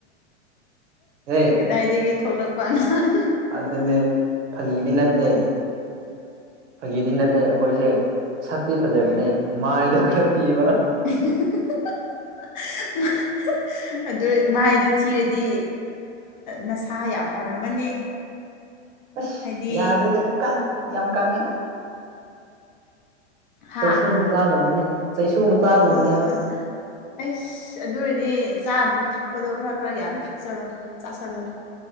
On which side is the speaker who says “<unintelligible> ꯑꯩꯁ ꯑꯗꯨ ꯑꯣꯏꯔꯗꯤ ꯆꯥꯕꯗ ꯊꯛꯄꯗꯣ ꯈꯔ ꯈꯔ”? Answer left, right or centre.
Left